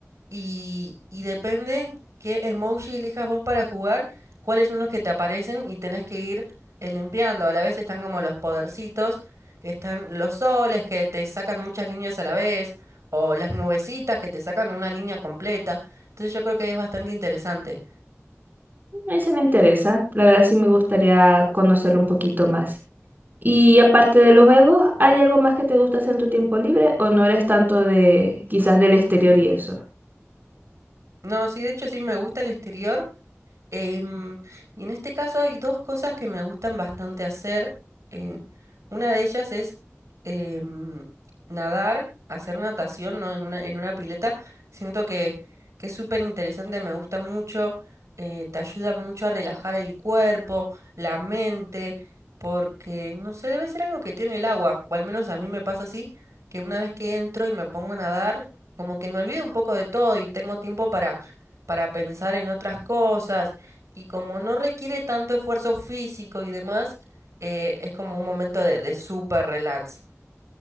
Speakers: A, on the right; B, on the right.
A: y, y depende qué emoji elijas vos para jugar, cuáles son los que te aparecen y tenés que ir eh, limpiando. A la vez están como los podercitos, que están los soles, que te sacan muchas líneas a la vez, o las nubecitas que te sacan una línea completa. Entonces yo creo que es bastante interesante.
B: Ese me interesa. La verdad, sí me gustaría conocerlo un poquito más. Y aparte de los juegos, ¿hay algo más que te gusta hacer en tu tiempo libre o no eres tanto de quizás del exterior y eso?
A: No, sí, de hecho sí me gusta el exterior. Em, y en este caso hay dos cosas que me gustan bastante hacer. eh, una de ellas es em, nadar, hacer natación, ¿no? En una, en una pileta. Siento que, que es súper interesante, me gusta mucho, eh, te ayuda mucho a relajar el cuerpo, la mente, porque, no sé, debe ser algo que tiene el agua, o al menos a mí me pasa así, que una vez que entro y me pongo a nadar, como que me olvido un poco de todo y tengo tiempo para, para pensar en otras cosas y como no requiere tanto esfuerzo físico y demás, eh, es como un momento de, de super relax.